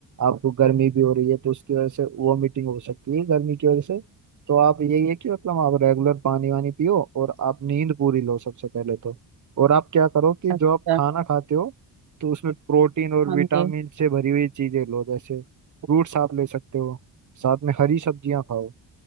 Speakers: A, on the right; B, on the right.
A: आपको गर्मी भी हो रही है तो उसकी वजह से वॉमिटिंग हो सकती है गर्मी की वजह से तो आप यही है कि मतलब आप रेगुलर पानी वानी पियो और आप नींद पूरी लो सबसे पहले तो और आप क्या करो कि
B: अच्छा
A: जो आप खाना खाते हो तो उसमें प्रोटीन और
B: हाँ
A: विटामिन
B: जी
A: से भरी हुई चीजें लो जैसे फ्रूट्स आप ले सकते हो साथ में हरी सब्जियां खाओ